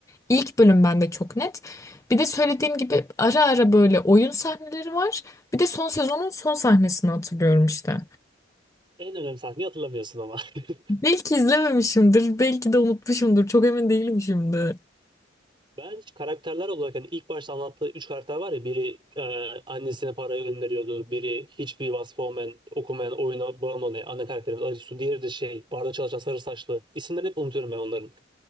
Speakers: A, on the left; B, on the right.
A: İlk bölüm bende çok net. Bir de söylediğim gibi ara ara böyle oyun sahneleri var. Bir de son sezonun son sahnesini hatırlıyorum işte.
B: En önemli sahneyi hatırlamıyorsun ama. <laughs>
A: Belki izlememişimdir, belki de unutmuşumdur. Çok emin değilim şimdi.
B: Ben karakterler olarak hani ilk başta anlattığı üç karakter var ya biri e, annesine para gönderiyordu, biri hiçbir vasfı olmayan, okumayan, oyuna bağımlı olan ana karakterimiz Arisu, diğeri de şey barda çalışan sarı saçlı. İsimlerini hep unutuyorum ben onların.